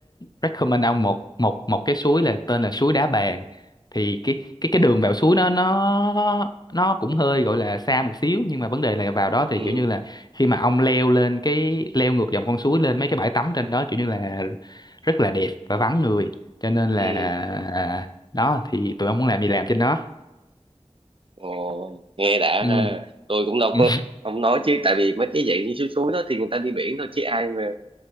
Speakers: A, on the left (about 40°); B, on the right (about 55°).
A: recommend ông một một một cái suối là tên là suối Đá Bàn. Thì cái cái cái đường vào suối nó nó nó cũng hơi gọi là xa một xíu nhưng mà vấn đề là vào đó
B: ừ
A: thì kiểu như là khi mà ông leo lên cái leo ngược dòng con suối lên mấy cái bãi tắm trên đó kiểu như là rất là đẹp và vắng người. Cho nên
B: ừ
A: là à, đó thì tụi ông muốn làm gì làm trên đó.
B: Ồ, nghe đã
A: Ừ,
B: ha tôi cũng đâu
A: ừ,
B: có không nói chứ tại vì mấy cái dạng như suối suối đó thì người ta đi biển thôi chứ ai mà